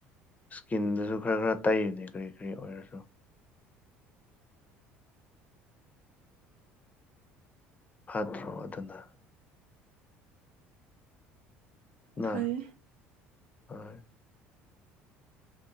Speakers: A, on the left; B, on the right.
A: ꯁ꯭ꯀꯤꯟꯗꯨꯁꯨ ꯈꯔ ꯈꯔ ꯇꯩꯕꯅꯦ ꯀꯔꯤ ꯀꯔꯤ ꯑꯣꯏꯔꯁꯨ
B: <inaudible> <inaudible>
A: ꯐꯠꯇ꯭ꯔꯣ ꯑꯗꯨꯅ <unintelligible>
B: ꯐꯩ
A: ꯍꯣꯏ